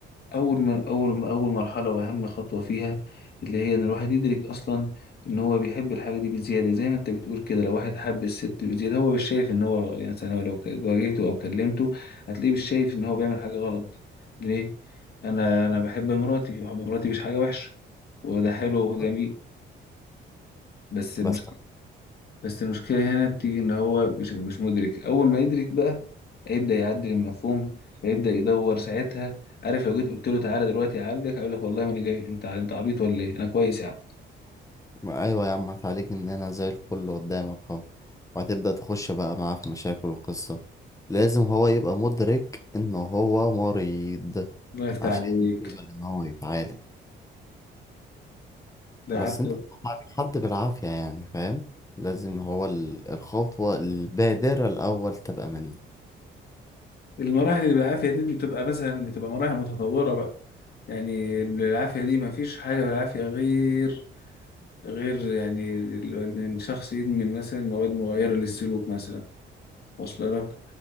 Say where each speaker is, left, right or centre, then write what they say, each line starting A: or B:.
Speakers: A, on the left; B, on the left.
A: اول ما اول ما اول مرحله واهم خطوه فيها اللي هي ان الواحد يدرك اصلا ان هو بيحب الحاجه دي بزياده زي ما انت بتقول كده لو واحد حب الست بزياده هو مش شايف ان هو يعني مثلا هو لو ك- واجهته او كلمته هتلاقيه مش شايف ان هو بيعمل حاجه غلط ليه انا انا بحب مراتي بحب مراتي مش حاجه وحشه وده حلو وجميل
B: طب
A: بس المشكله
B: بس
A: بس المشكلة هنا بتيجي إن هو مش مش مدرك أول ما يدرك بقى هيبدأ يعدل المفهوم هيبدأ يدور ساعتها عارف لو جيت قلت له تعالى دلوقتي أعالجك هيقول لك والله ما أنا جاي أنت أنت عبيط ولا إيه أنا كويس يا عم
B: ما ايوه يا عم هتعالجني ان انا زي الفل قدامك اهو وهتبدأ تخش بقى معاه في مشاكل وقصة لازم هو يبقى مدرك ان هو مريض
A: الله يفتح
B: عشان
A: عليك
B: يقبل ان هو يتعالج
A: ده
B: بس
A: حتى
B: انت بتعالج حد بالعافية يعني فاهم لازم هو ال- الخطوة البادرة الاول تبقى منه
A: المراحل اللي بالعافية دي بتبقى مثلا بتبقى مراحل متطورة بقى يعني بالعافية دي مفيش حاجة بالعافية غير غير يعني ال- إن الشخص يدمن مثلا مواد مغيرة للسلوك مثلا واصل لك